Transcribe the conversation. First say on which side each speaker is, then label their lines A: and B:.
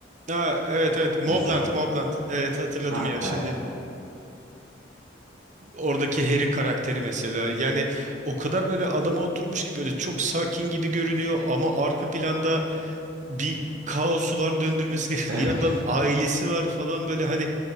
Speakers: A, on the right; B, on the right.
A: Ha, evet evet Mobland
B: Neyse.
A: Mobland evet hatırladım
B: Ha
A: ya şimdi.
B: evet.
A: Oradaki Harry karakteri mesela yani o kadar böyle adama oturmuş ki böyle çok sakin gibi görünüyor ama arka planda bir kaosu var döndürmesi gerekiyor.
B: Evet.
A: <laughs> Bir yandan ailesi var falan böyle hani